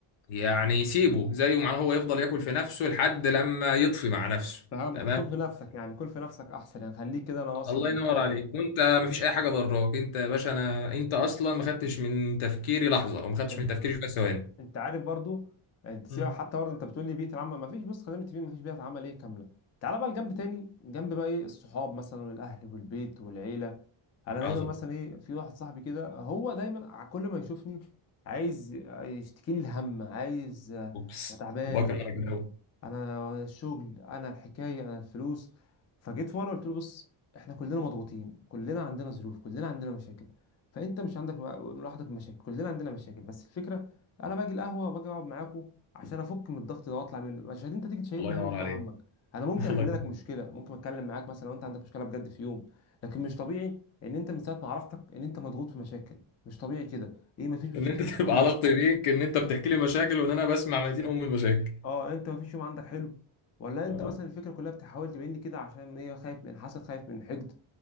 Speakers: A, on the left; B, on the left.
A: يعني سيبه زيه معناه هو يفضل ياكل في نفسه لحد لما يطفي مع نفسه
B: فهمتك
A: تمام
B: كل في نفسك يعني كل في نفسك احسن يعني خليك كده انا اصلا
A: الله
B: مش
A: ينور
B: شايفك
A: عليك وانت مفيش اي حاجه ضراك انت يا باشا انا انت اصلا ما خدتش من تفكيري لحظه او ما خدتش
B: طيب.
A: من تفكيري شويه ثواني
B: انت عارف برضو انت سيبك
A: مم.
B: حتى برضو انت بتقول لي بيئه العمل ما فيش بص خلينا متفقين ما فيش بيئه عمل ايه كامله تعالى بقى لجنب تاني جنب بقى ايه الصحاب مثلا والاهل والبيت والعيله انا دايما
A: عظمه
B: مثلا ايه في واحد صاحبي كده هو دايما ع- كل ما يشوفني عايز يشتكي لي الهم عايز آه،
A: اوبس
B: أنا تعبان
A: بكره انا كده أوي.
B: انا الشغل انا الحكايه انا الفلوس فجيت في مره قلت له بص احنا كلنا مضغوطين كلنا عندنا ظروف كلنا عندنا مشاكل فانت مش عندك لوحدك مشاكل كلنا عندنا مشاكل بس الفكره انا باجي القهوه باجي اقعد معاكوا عشان افك من الضغط ده واطلع منه مش عشان انت تيجي تشيلني
A: الله ينور
B: هم فوق
A: عليك
B: همك انا ممكن
A: <laughs>
B: احل
A: الله ينور
B: لك مشكله ممكن اتكلم معاك مثلا لو انت عندك مشكله بجد في يوم لكن مش طبيعي ان انت من ساعه ما عرفتك ان انت مضغوط في مشاكل مش طبيعي كده ايه مفيش بتشوف
A: ان انت
B: يوم
A: تبقى
B: شغل
A: علاقتي بيك ان انت بتحكي لي مشاكل وان انا بسمع 200 ام المشاكل
B: اه انت مفيش يوم عندك حلو ولا انت
A: آه.
B: مثلا الفكره كلها بتحاول تبين لي كده عشان ايه خايف من حسد خايف من حقد